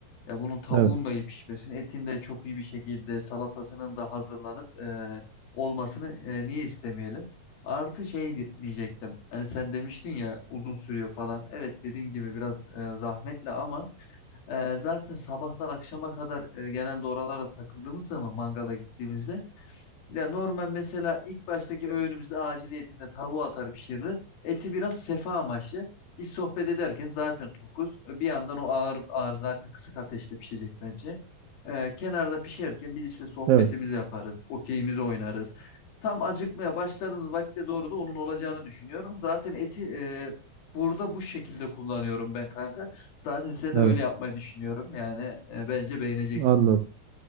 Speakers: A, on the left (about 70°); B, on the right (about 80°).
A: Ya bunun tavuğun
B: Evet.
A: da iyi pişmesini, etin de çok iyi bir şekilde salatasının da hazırlanıp e, olmasını e, niye istemeyelim? Artı şey di- diyecektim. Hani sen demiştin ya uzun sürüyor falan. Evet dediğin gibi biraz e, zahmetli ama e, zaten sabahtan akşama kadar e, genelde oralara takıldığımız zaman mangala gittiğimizde ya normal mesela ilk baştaki öğünümüzde aciliyetinde tavuğu atar pişiririz. Eti biraz sefa amaçlı. Biz sohbet ederken zaten tokuz. Bir yandan o ağır ağır zaten kısık ateşte pişecek bence. Ee, kenarda pişerken biz işte sohbetimizi
B: Evet.
A: yaparız. Okeyimizi oynarız. Tam acıkmaya başladığımız vakte doğru da onun olacağını düşünüyorum. Zaten eti e, burada bu şekilde kullanıyorum ben kanka. Zaten size de
B: Evet.
A: öyle yapmayı düşünüyorum. Yani e, bence beğeneceksin.
B: Anladım.